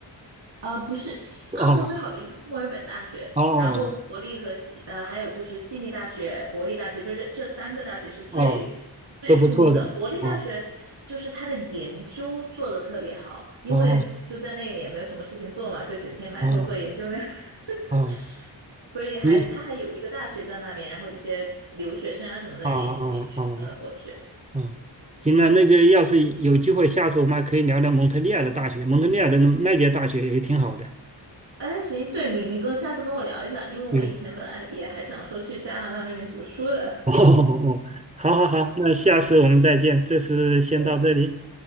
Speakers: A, on the right (about 70°); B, on the right (about 15°).
A: 呃不是澳洲最好的应该是墨尔本大学，
B: 哦哦
A: 然后国立和悉呃还有就是悉尼大学、国立大学，就这这三个大学是最。
B: 哦，
A: 最出名的国立大学，
B: 都不错的。哦
A: 就是他的研究做的特别好，因为就在那也没有什么事情做嘛，
B: 哦
A: 就整天埋头做研究那样。
B: 哦
A: <laughs>
B: 哦，
A: 所以还他还有一个大学在那边，
B: 行
A: 然后有些留学生啊什么的也也也搬了过去。
B: 啊啊啊！哦哦啊，行了，那个要是有机会，下次我们还可以聊聊蒙特利尔的大学，蒙特利尔的麦杰大学也挺好的。
A: 哎，行，对你你跟下次跟我聊一下，因为我以前本来也还想说去加拿大那边读书的。
B: 对，<laughs> 哦哦哦，好好好，那下次我们再见，这次先到这里，
A: 嗯，